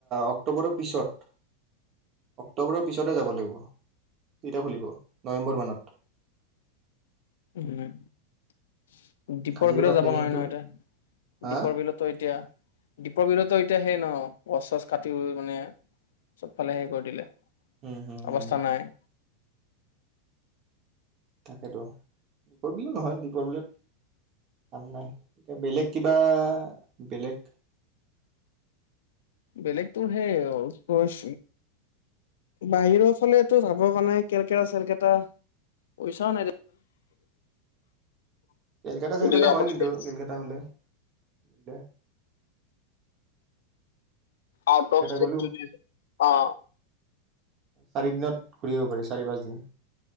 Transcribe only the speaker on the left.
উম। দ্বীপৰ
বিলত যাব
নোৱি ন এতিয়া
দ্বীপৰ বিলতো এতিয়া দ্বীপৰ বিলতো এতিয়া সেই ন গছ চছ কাটি মানে চবফালে হেৰি কৰি দিলে।
অৱস্থা নাই।
বেলেগ তো সেই কছ বাহিৰৰ ফালেই যাবৰ কাৰণে কেলকেতা চেলকেটা পইচাও নাই
যদি
আউট
অফ
ষ্টেট
আউট অফ চেৰি
অ